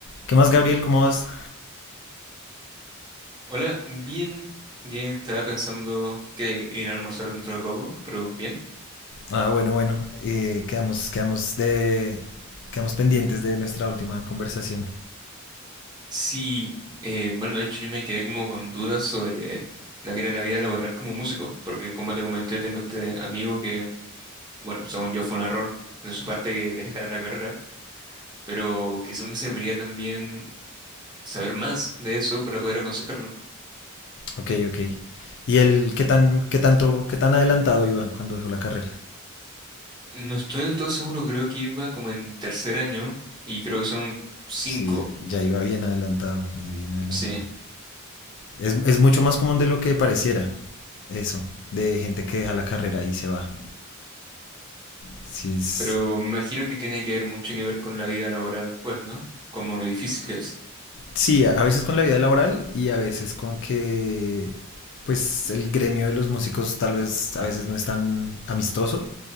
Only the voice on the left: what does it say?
¿Qué más, Gabriel? ¿Cómo vas?
Ah, bueno, bueno. eh, quedamos, quedamos de, quedamos pendientes de nuestra última conversación.
Ok, ok. ¿Y él qué tan, qué tanto, qué tan adelantado iba cuando dejó la carrera?
Sí, ya iba bien adelantado, ya bien adelantado.
Es, es mucho más común de lo que pareciera, eso, de gente que deja la carrera y se va. Sí, es,
sí, a a veces con la vida laboral y a veces con que, pues, el gremio de los músicos tal vez a veces no es tan amistoso